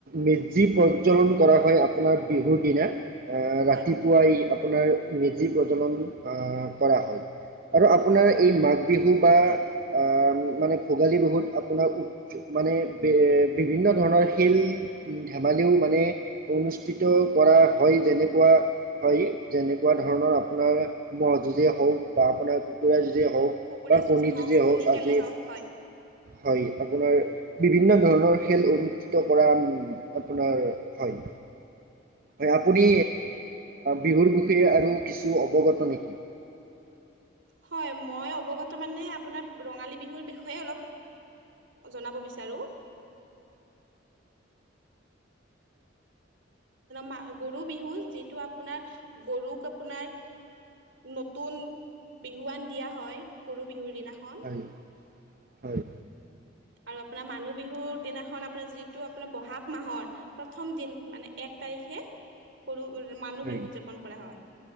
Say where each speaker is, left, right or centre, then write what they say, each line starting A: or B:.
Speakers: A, on the right; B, on the right.
A: মেজি প্ৰজ্বলন কৰা হয় আপোনাৰ বিহুৰ দিনা অ' ৰাতি
B: হয়,
A: পুৱাই আপোনাৰ মেজি প্ৰজ্বলন অ' কৰা হয়, আৰু আপোনাৰ
B: হয়
A: এই মা বিহু বা অ' মানে ভোগালী বিহুত আপোনাৰ উৎ মানে বে বিভিন্ন ধৰণৰ খেল ধেমালিও মানে অনুষ্ঠিত কৰা হয় যেনেকুৱা হয় যেনেকুৱা ধৰণৰ আপোনাৰ ম'হ যুঁজই হওঁক বা আপোনাৰ কুকুৰা যুঁজই হওঁক।
B: কুকুৰা
A: বা
B: যুঁজে
A: কণী
B: হওক,
A: যুজে
B: কণী
A: হওঁক
B: খেলে
A: আজি,
B: হওক হয়।
A: হয়। আপোনাৰ বিভিন্ন ধৰণৰ খেল অনুষ্ঠিত কৰা আপোনাৰ হয়। হয় আপুনি বিহুৰ বিষয়ে আৰু কিছু অৱগত নেকি।
B: হয় মই অৱগত মানে আপোনাক ৰঙালী বিহুৰ বিষয়ে অলপ জনাব বিচাৰোঁ। মা- গৰু বিহু যিটো আপোনাৰ গৰুক আপোনাৰ নতুন বিহুৱান দিয়া হয় গৰু বিহুৰ দিনাখন।
A: হয় হয়।
B: আৰু আপোনাৰ মানুহ বিহুৰ দিনাখন আপোনাৰ যিটো আপোনাৰ বহাগ মাহৰ প্ৰথম দিন মানে এক তাৰিখে গৰু ৰ-মানুহ
A: হয়
B: বিহু উদযাপন কৰা হয়,